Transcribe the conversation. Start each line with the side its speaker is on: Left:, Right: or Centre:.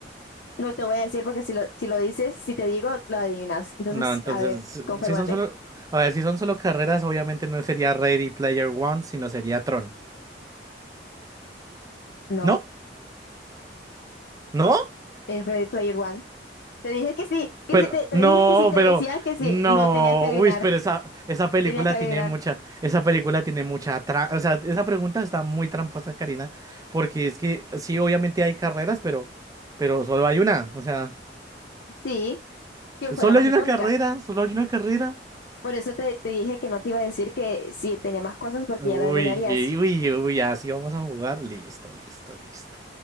Left: No te voy a decir porque si lo, si lo dices, si te digo, lo adivinas. Entonces,
Right: No, entonces,
Left: a ver,
Right: s-
Left: conférmate.
Right: si son solo, a ver, si son solo carreras, obviamente no sería Ready Player One, sino sería Tron.
Left: No,
Right: ¿No? ¿No?
Left: es Ready Player One. Te dije que sí, que
Right: Pero,
Left: si te, te
Right: no,
Left: dije que si te
Right: pero,
Left: decía que sí.
Right: no.
Left: No, tenías que adivinar,
Right: Uy, pero esa, esa película
Left: tenías que adivinar.
Right: tiene mucha, esa película tiene mucha tra- O sea, esa pregunta está muy tramposa, Karina, porque es que sí, obviamente hay carreras, pero, pero solo hay una. O sea,
Left: Sí, que
Right: solo
Left: fue la más
Right: hay una
Left: icónica.
Right: carrera, solo hay una carrera.
Left: Por eso te, te dije que no te iba a decir que si tenía más cosas porque
Right: Uy,
Left: ya la adivinarías.
Right: y- uy, uy, así vamos a jugar. Listo, listo, listo.